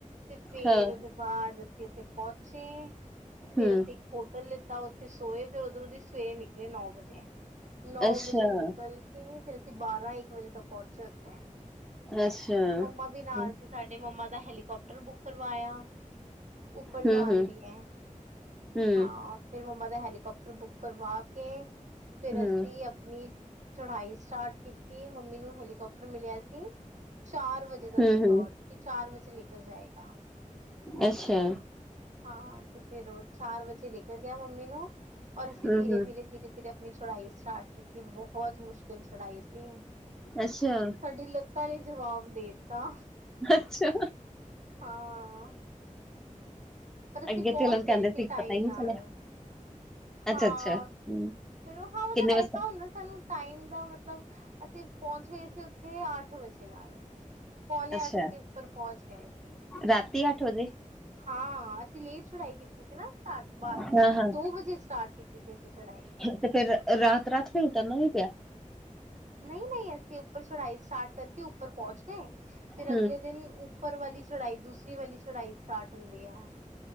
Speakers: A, on the right; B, in the centre.
A: ਤੇ ਫੇਰ
B: ਹਾਂ
A: ਉਦੇ ਬਾਰ ਅਸੀਂ ਉੱਥੇ ਪਹੁੰਚੇ। ਫੇਰ
B: ਹੂੰ
A: ਅਸੀ ਇੱਕ ਹੋਟਲ ਲਿੱਤਾ ਉੱਥੇ ਸੋਏ ਫੇਰ ਉਧਰੋਂ ਸਵੇਰੇ ਨਿਕਲੇ ਨੌ ਵਜੇ। ਨੌ
B: ਅੱਛਾ
A: ਵਜੇ ਨਿਕਲ ਫੇਰ ਅਸੀਂ ਬਾਰਾਂ ਇੱਕ ਵਜੇ ਤੋਂ ਪਹੁੰਚੇ ਉੱਥੇ। ਫੇਰ
B: ਅੱਛਾ
A: ਮੰਮਾ ਵੀ ਨਾਲ
B: ਹੂੰ
A: ਸੀ ਸਾਡੇ ਮੰਮਾ ਦਾ ਹੈਲੀ ਕਾਪਟਰ ਬੁੱਕ ਕਰਵਾਇਆ, ਉਪਰ
B: ਹੂੰ
A: ਜਾਣ ਲਈਏ
B: ਹੂੰ
A: ਹਾਂ। ਫਿਰ ਮੰਮਾ ਦਾ ਹੈਲੀਕਾਪਟਰ ਬੁੱਕ ਕਰਵਾ ਕੇ, ਫੇਰ
B: ਹੂੰ
A: ਅਸੀ ਆਪਣੀ ਚੜਾਈ ਸਟਾਟ ਕੀਤੀ ਮੰਮੀ ਨੂੰ ਹੈਲੀਕਾਪਟਰ ਮਿਲਿਆ ਸੀ ਚਾਰ ਵਜੇ। ਦਾ
B: ਹੂੰ
A: ਸਲੋਟ
B: ਹੂੰ
A: ਕਿ ਚਾਰ ਵਜੇ ਲੈ ਕਰ ਜਾਏਗਾ।
B: ਅਛਾ।
A: ਹਾਂ, ਤੇ ਫੇਰ ਉਹ ਚਾਰ-ਵਜੇ ਲੇਕਰ ਗਿਆ ਮੰਮੀ ਨੂੰ, ਔਰ ਅਸੀ
B: ਹੂੰ
A: ਧੀਰੇ-ਧੀਰੇ-ਧੀਰੇ
B: ਹੂੰ
A: ਫਿਰ ਅਪਣੀ ਚ੍ਹੜਾਈ ਸਟਾਰਟ ਕੀਤੀ, ਬਹੁਤ ਮੁਸ਼ਕਿਲ ਚੜ੍ਹਾਈ ਸੀ,
B: ਅੱਛਾ
A: ਸਾਡੀ ਲ ਲਤਾਂ ਨੇ ਜਵਾਬ ਦੇਤਾ,
B: ਅੱਛਾ
A: ਹਾਂ ਪਰ ਅਸੀ
B: ਅੱਗੇ
A: ਪਹੁੰਚ
B: ਤੇ ਲੋਕ ਕਹਿੰਦੇ
A: ਗਏ ਸੀ, ਟਾਈਮ
B: ਪਤਾ ਹੀ ਨਹੀਂ
A: ਨਾਲ।
B: ਚਲਿਆ ਅੱਛਾ
A: ਹਾਂ,
B: ਅੱਛਾ ਹੂੰ
A: ਫਿਰ ਹਾਂ ਮਤਲਬ
B: ਕਿੰਨੇ ਵਜੇ
A: ਐਸਾ ਹੁੰਦਾ ਸਾਨੂੰ ਟਾਈਮ ਦਾ ਮਤਲਬ, ਅਸੀ ਪਹੁੰਚ ਗਏ ਸੀ ਉਥੇ ਅੱਠ ਵਜੇ ਨਾਲ। ਪੌਨੇ
B: ਤੱਕ ਅੱਛਾ
A: ਅੱਠ ਅਸੀ ਉੱਪਰ ਪਹੁੰਚ ਗਏ ਸੀਗੇ।
B: ਰਾਤੀ ਅੱਠ ਵਜੇ?
A: ਹਾਂ, ਅਸੀ ਲੇਟ ਚ੍ਹੜਾਈ ਕੀਤੀ ਸੀ ਨਾ, ਸਟਾਰਟ ਬਾਹਰ
B: ਹਾਂ ਹਾਂ
A: ਦੋ ਵਜੇ ਅਸੀ ਕੀਤੀ ਸੀ ਚ੍ਹੜਾਈ।
B: ਤੇ ਫੇਰ, ਰਾਤ-ਰਾਤ ਫਿਰ ਉਤਰਨਾ ਵੀ ਪਿਆ?
A: ਨਹੀ-ਨਹੀ, ਅਸੀ ਉਪਰ ਚ੍ਹੜਾਈ ਸਟਾਰਟ ਕਰਕੇ ਉਪਰ ਪਹੁੰਚ ਗਏ, ਫਿਰ
B: ਹੂੰ,
A: ਅਗਲੇ ਦਿਨ ਉੱਪਰ ਵਾਲੀ ਚ੍ਹੜਾਈ, ਦੂਸਰੀ ਵਾਲੀ ਚ੍ਹੜਾਈ ਸਟਾਰਟ ਹੁੰਦੀ ਹੈ।